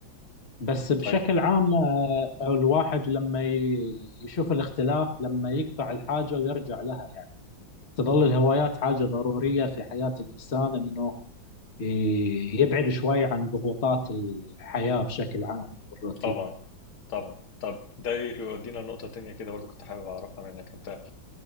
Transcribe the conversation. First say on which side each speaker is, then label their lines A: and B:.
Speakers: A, on the left; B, on the left.
A: بس بشكل
B: طيب
A: عام آه، الواحد لما ي- يشوف الاختلاف لما يقطع الحاجة ويرجع لها يعني تظل الهوايات حاجة ضرورية في حياة الإنسان إنه ي- يبعد شوي عن ضغوطات الحياة بشكل عام والروتين
B: طبعا طبعا طب ده يودينا لنقطة تانية كده برضه كنت حابب أعرفها منك أنت